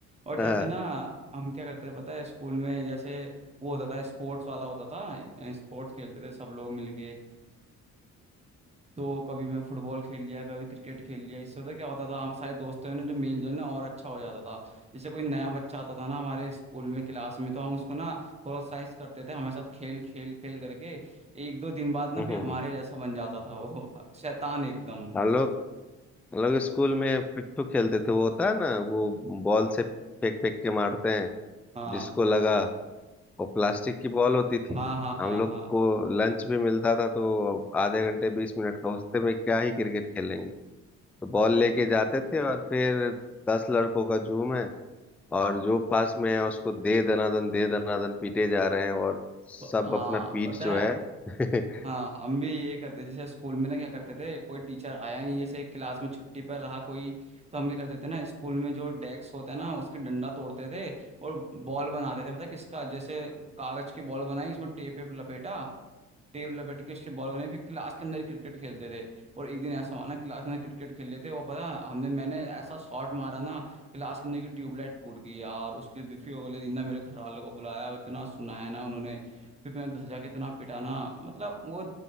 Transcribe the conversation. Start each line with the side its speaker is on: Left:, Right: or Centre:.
Right: और जैसे
Centre: हाँ हाँ,
Right: ना हम क्या करते थे पता है स्कूल में जैसे वो होता था स्पोर्ट्स वाला होता था स्पोर्ट्स खेलते थे सब लोग मिलके तो कभी मैं फुटबॉल खेल लिया कभी क्रिकेट खेल लिया इससे होता क्या होता था हम सारे दोस्तों ने जो मेलजोल ना और अच्छा हो जाता था जैसे कोई नया बच्चा आता था ना हमारे स्कूल में क्लास में तो हम उसको ना प्रोत्साहित करते थे हमारे साथ खेल खेल खेल करके एक दो दिन बाद ना
Centre: हम्म
Right: फिर
Centre: हम्म
Right: हमारे
Centre: हम्म।
Right: जैसा बन जाता था वो <laughs> शैतान एकदम
Centre: हम लोग हम लोग स्कूल में पिट्ठू खेलते थे वो होता है ना वो बॉल से फेंक फेंक के मारते हैं
Right: हाँ
Centre: जिसको लगा वो प्लास्टिक की बॉल होती थी
Right: हाँ हाँ
Centre: हम
Right: हाँ
Centre: लोग
Right: हाँ
Centre: को लंच भी मिलता था तो आधे घंटे बीस मिनट का उससे में क्या ही क्रिकेट खेलेंगे तो बॉल
Right: प-
Centre: लेके जाते थे और फिर दस लड़कों का झूम है और जो पास में है उसको दे दनादन दे दनादन पीटे जा रहे हैं और सब
Right: हाँ
Centre: अपना पीठ
Right: पता
Centre: जो
Right: है
Centre: है <laughs>
Right: हाँ हम भी ये करते जैसे स्कूल में ना क्या करते थे कोई टीचर आया नहीं जैसे क्लास में छुट्टी पर रहा कोई तो हम क्या करते थे ना स्कूल में जो डेस्क होता है ना उसके डंडा तोड़ते थे और बॉल बनाते थे पता है किसका जैसे कागज की बॉल बनाई उसमें टेप वेप लपेटा टेबल लपेट के उसके बॉल बने फिर क्लास के अंदर क्रिकेट खेलते थे और एक दिन ऐसा हुआ ना क्लास के अंदर क्रिकेट खेल रहे थे वो पता हमने मैंने ऐसा शॉट मारा ना क्लास के अंदर की ट्यूबलाइट टूट गई यार उसके दिन- फिर अगले दिन ना मेरे घर वालों को बुलाया इतना सुनाया ना उन्होंने फिर मैं घर जाके इतना पिटाना मतलब वो